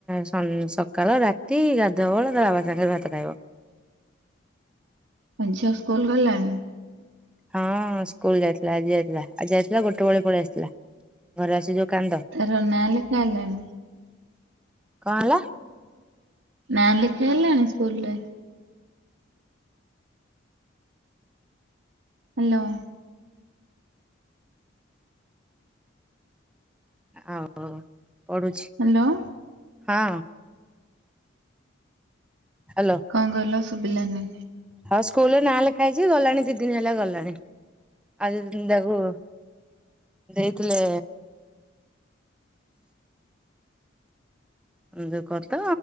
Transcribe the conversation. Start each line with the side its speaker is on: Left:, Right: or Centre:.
Centre: ସ ସକାଳ ରାତି ଗାଧୁଆ ବଳ ତା ବାବାଙ୍କ ସାଙ୍ଗରେ ଭାତ ଖାଇବ।
Right: ତମ ଝିଅ ସ୍କୁଲ୍ ଗଲାଣି?
Centre: ହୁଁ ସ୍କୁଲ୍ ଯାଇଥିଲା ଆଜି ଯାଇଥିଲା ଆଜି ଯାଇଥିଲା ଗୋଟେ ବେଳେ ପଳେଇ ଆସିଥିଲା ଘରେ ଆସି ଯଉ କାନ୍ଦ।
Right: ତାର ନା ଲେଖା ହେଲାଣି?
Centre: କଣ ହେଲା?
Right: ନା ଲେଖା ହେଲାଣି ସ୍କୁଲ୍ ରେ। ହାଲୋ।
Centre: ଆଉ ପଢ଼ୁଛି
Right: ହ୍ୟାଲୋ
Centre: ହଁ। ହାଲୋ।
Right: କଣ କହିଲ ଶୁଭିଲାନି?
Centre: ହଁ ସ୍କୁଲ୍ ରେ ନାଁ ଲେଖା ହେଇଛି ଗଲାଣି ଦି ଦିନି ହେଲା ଗଲାଣି ଆଉ ଦି ଦିନି ତାକୁ। ଦେଇଥିଲେ ଯୋଉ କଣ ତ